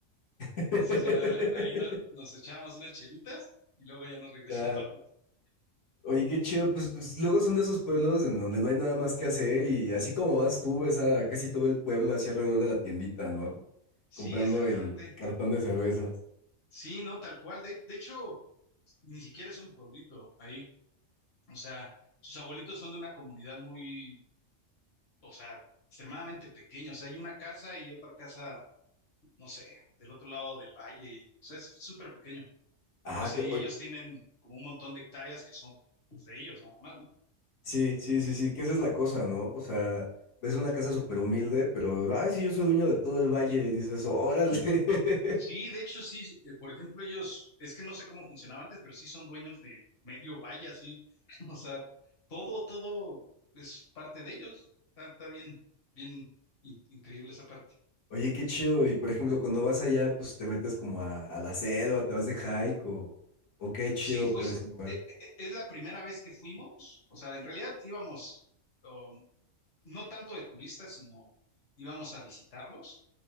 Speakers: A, on the left; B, on the left.
A: <laughs>
B: entonces ya ahí no- nos echábamos unas chelitas y luego ya nos regresábamos.
A: Claro.
B: <laughs>
A: Oye, qué chido, pues, pues, luego son de esos pueblos en donde no hay nada más que hacer y así como vas tú, ves a casi todo el pueblo así alrededor de la tiendita, ¿no?
B: Sí,
A: Comprando
B: exactamente.
A: el cartón de cervezas.
B: Sí, no, tal cual. De, de hecho, ni siquiera es un pueblito ahí. O sea, sus abuelitos son de una comunidad muy, o sea, extremadamente pequeña. O sea, hay una casa y otra casa, no sé, del otro lado del valle. O sea, es súper pequeño.
A: Ah,
B: O sea,
A: que-
B: y
A: oye,
B: ellos tienen como un montón de hectáreas que son pues, de ellos nada más,
A: Sí, sí, sí, sí, que esa es la cosa, ¿no? O sea, ves una casa súper humilde, pero, ay, sí, yo
B: ¿no?
A: soy dueño de todo el valle, y dices, órale. <laughs>
B: Sí, de hecho, sí. eh, por ejemplo, ellos, es que no sé cómo funcionaba antes, pero sí son dueños de medio valle, sí. <laughs> O sea, todo, todo es parte de ellos. Está, está bien, bien in- increíble esa parte.
A: Oye, qué chido. Y por ejemplo, cuando vas allá, pues te metes como a, a la selva, te vas de hike o, o qué chido
B: Sí, pues
A: por ese lugar.
B: e- e- e, es la primera vez que fuimos. O sea, en realidad íbamos, um, no tanto de turistas, sino íbamos a visitarlos.